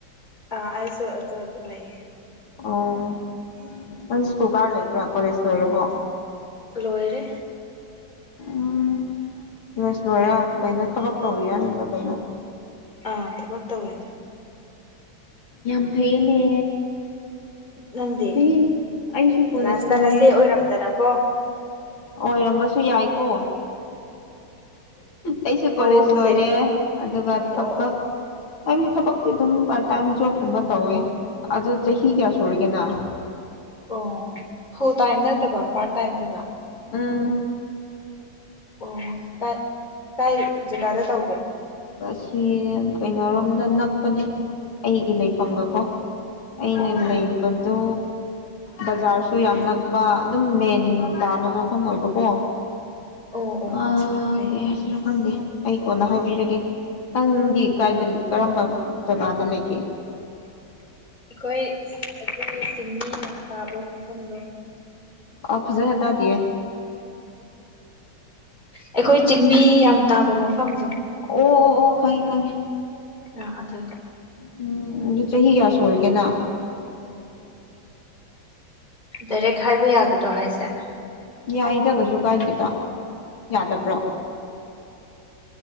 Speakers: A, on the left (about 20°); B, on the left (about 75°).
A: ꯑ ꯑꯩꯁꯨ ꯑꯗꯋꯥꯏꯗ ꯂꯩꯌꯦ
B: ꯑꯣ ꯅꯪꯁ ꯀꯨꯀꯥꯔ ꯂꯩꯕ꯭ꯔꯥ ꯀꯣꯂꯦꯖ ꯂꯣꯏꯔꯕꯣ
A: ꯂꯣꯏꯔꯦ
B: ꯎꯝ ꯀꯣꯂꯦꯖ ꯂꯣꯏꯔꯒ ꯀꯩꯅꯣ ꯊꯕꯛ ꯇꯧꯔꯤꯔ ꯅꯠꯇ꯭ꯔ ꯀꯩꯅꯣ
A: ꯑꯥ ꯊꯕꯛ ꯇꯧꯔꯤꯅꯦ
B: ꯌꯥꯝ ꯐꯩꯌꯦꯅꯦ
A: ꯅꯪꯗꯤ
B: ꯆꯍꯤ ꯑꯩꯁꯨ ꯀꯣꯂꯦꯖ
A: ꯂꯥꯁꯇ
B: ꯂꯣꯏꯔꯦ
A: ꯅꯆꯦ ꯑꯣꯏꯔꯝꯗꯅꯀꯣ
B: ꯑꯣꯏꯔꯝꯕꯁꯨ ꯌꯥꯏꯀꯣ ꯑꯩꯁꯨ
A: ꯃꯑꯣꯡꯁꯦ
B: ꯀꯣꯂꯦꯖ ꯂꯣꯏꯔꯦ ꯑꯗꯨꯒ ꯊꯕꯛ
A: ꯑꯣ ꯑꯣ
B: ꯍꯥꯏꯕꯗꯤ ꯊꯕꯛꯇꯤ ꯑꯗꯨꯝ ꯄꯥꯔꯠ ꯇꯥꯏꯝ ꯖꯣꯕꯀꯨꯝꯕ ꯇꯧꯋꯦ ꯑꯗꯣ ꯆꯍꯤ ꯀꯌꯥ ꯁꯨꯔꯒꯦ ꯅꯪ
A: ꯑꯣ ꯐꯨꯜ ꯇꯥꯏꯝ ꯅꯠꯇꯕ ꯄꯥꯔꯠ ꯇꯥꯏꯝ ꯑꯣꯏꯕ
B: ꯑꯥ
A: ꯑꯣ ꯀꯥꯏ ꯀꯥꯏ ꯖꯒꯥꯗ ꯇꯧꯒꯦ
B: ꯑꯁꯤ ꯀꯩꯅꯣꯔꯣꯝꯗ ꯅꯛꯄꯅꯦ ꯑꯩꯒꯤ ꯂꯩꯐꯝꯒꯀꯣ ꯑꯩꯅ
A: ꯑꯣ
B: ꯂꯩꯕꯗꯣ
A: ꯑꯣ
B: ꯕꯖꯥꯔꯁꯨ ꯌꯥꯝ ꯅꯛꯄ ꯑꯗꯨꯝ ꯃꯦꯟ ꯇꯥꯕ ꯃꯐꯝ ꯑꯣꯏꯕꯀꯣ
A: ꯑꯣ ꯑꯣ
B: ꯑ
A: ꯌꯥꯝ ꯐꯩꯌꯦ
B: ꯀꯩ ꯍꯥꯏꯁꯤꯔ ꯈꯪꯗꯦ ꯑꯩ ꯀꯣꯟꯅ ꯍꯥꯏꯕꯤꯔꯒꯦ ꯅꯪꯗꯤ ꯀꯥꯏꯗ
A: ꯑꯪ
B: ꯀꯔꯝꯕ ꯖꯒꯥꯗ ꯂꯩꯒꯦ
A: ꯑꯩꯈꯣꯏ ꯑꯩꯈꯣꯏ ꯆꯤꯡꯃꯤ ꯌꯥꯝ ꯇꯥꯕ ꯃꯐꯝꯗꯣ
B: ꯑ ꯐꯖꯅ ꯇꯥꯗꯤꯌꯦ ꯇꯥ
A: ꯑꯩꯈꯣꯏ ꯆꯤꯡꯃꯤ ꯌꯥꯝ ꯇꯥꯕ ꯃꯐꯝꯗꯣ
B: ꯑꯣ ꯑꯣ ꯑꯣ ꯈꯪꯉꯦ ꯈꯪꯉꯦ
A: ꯑ ꯑꯗꯨꯗ
B: ꯎꯝ ꯆꯍꯤ ꯀꯌꯥ ꯁꯨꯔꯒꯦꯅ
A: ꯗꯥꯏꯔꯦꯛ ꯍꯥꯏꯕ ꯌꯥꯒꯗ꯭ꯔꯣ ꯍꯥꯏꯁꯦ
B: ꯌꯥꯏꯗ ꯀꯩꯁꯨ ꯀꯥꯏꯗꯦꯗ ꯌꯥꯗꯕ꯭ꯔꯣ